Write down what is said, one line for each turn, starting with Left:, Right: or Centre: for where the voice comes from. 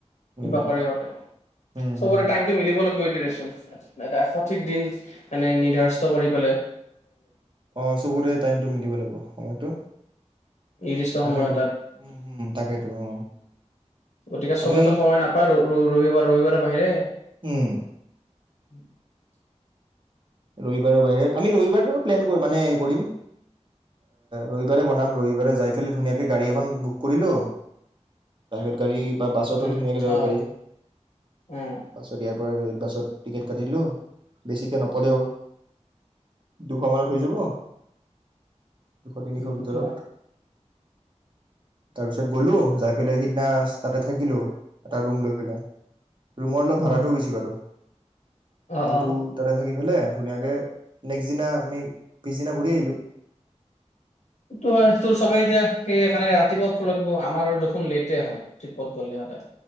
Right: হুম
Left: কি বা কৰে সিহঁতে,
Right: হুম
Left: চবৰে
Right: হুম
Left: টাইমতটো মিলিব লাগিব <unintelligible> এটা সঠিক দিন মানে নিৰ্ধাৰস্থ কৰি পেলে
Right: অ' চবৰে টাইমটো মিলিব লাগিব, সময়টো
Left: নিৰ্দিষ্ট
Right: তাকেতো
Left: সময় এটাত,
Right: উম হুম তাকেতো অ
Left: গতিকে চবেই
Right: আমি
Left: টো সময় নাপায় আৰু <unintelligible> ৰবিবাৰৰ বাহিৰে।
Right: উম।
Left: <inaudible>
Right: ৰবিবাৰৰ বাহিৰে, আমি ৰবিবাৰেও প্লেন কৰি মানে কৰিম, ৰবিবাৰে বনাম ৰবিবাৰে যাই পেলাই ধুনীয়াকৈ গাড়ী এখন বুক কৰিলোঁ প্ৰাইভেট গাড়ী বা বাছতো
Left: উম
Right: ধুনীয়াকে যাব
Left: অ
Right: পাৰি,
Left: উম
Right: বাছত ৰেড বাছত টিকেট কাটিলোঁ, বেছিকে নপৰেও দুশ মানত হৈ যাব দুশ, তিনিশ
Left: সেইটো
Right: ভিতৰত।
Left: হয়
Right: তাৰপিছত গলোঁ, যায় পেলাই সিদিনা তাতে থাকিলোঁ এটা ৰুম লৈ পেলাই। ৰুমৰ অলপ
Left: উম
Right: ভাড়াটোও বেছি বাৰু।
Left: অ
Right: এইটো
Left: অ
Right: তাতে থাকি পেলাই ধুনীয়াকে নেক্সট দিনা আমি পিছদিনা ঘূৰি আহিলোঁ।
Left: সেইটো হয়, তোৰ চবেই এতিয়া সেইকাৰণে ৰাতিপুৱা উঠিব লাগিব, আমাৰ আৰু দেখোন লেটে হয়, ট্ৰিপত গ'লে সদায়।